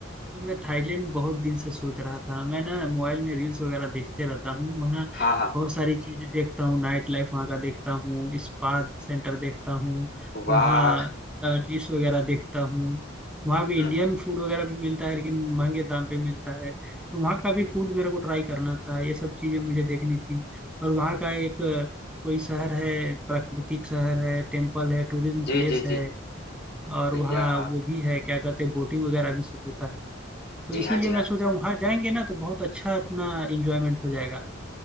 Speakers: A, in the centre; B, on the left (about 50°).
A: मैं थाईलैंड बहुत दिन से सोच रहा था मैं ना मोबाइल में रील्स वगैरह देखते रहता हूँ वहाँ
B: हाँ हाँ
A: बहुत सारी चीजें देखता हूँ नाइट लाइफ वहाँ का देखता हूँ स्पा सेंटर देखता हूँ
B: वाह
A: वहाँ डिश वगैरह देखता हूँ वहाँ भी
B: हम्म,
A: इंडियन
B: हम्म।
A: फूड वगैरह भी मिलता है लेकिन महंगे दाम पे मिलता है तो वहाँ का भी फूड मेरे को ट्राई करना था ये सब चीजें मुझे देखनी थी और वहाँ का एक अ, कोई शहर है प्राकृतिक शहर है टेम्पल है टूरिज्म
B: जी
A: प्लेस
B: जी
A: है
B: जी जी,
A: और
B: भैया
A: वहाँ वो भी है क्या कहते हैं बोटिंग वगैरह भी सब होता है तो
B: जी
A: इसीलिए
B: हाँ जी
A: मैं
B: हाँ
A: सोच रहा हूँ वहां जाएंगे ना तो बहुत अच्छा अपना इंजॉयमेंट हो जाएगा